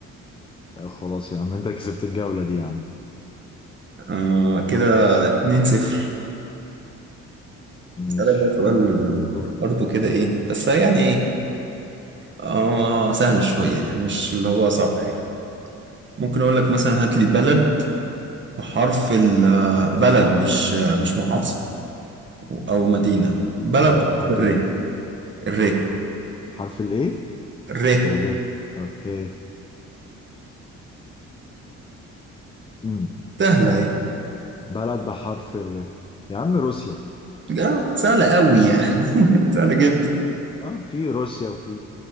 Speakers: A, on the left; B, on the right.
A: خلاص يا عم انت كسبت الجولة دي يا عم
B: آه كده اتنين صفر
A: ماشي
B: اسألك بقى سؤال
A: دورك
B: برضه كده ايه بس يعني اه سهل شوية يعني مش اللي هو صعب حاجة ممكن اقول لك مثلا هات لي بلد بحرف ال بلد مش مش محافظة او مدينة بلد
A: بلد
B: بحرف
A: بحرف
B: الر
A: الايه
B: الر
A: بحرف الايه
B: الر
A: الر اوكي امم
B: سهلة اهي
A: بلد بحرف الر يا عم روسيا
B: اه سهلة قوي يعني <laughs> سهلة جدا
A: اه في روسيا وفي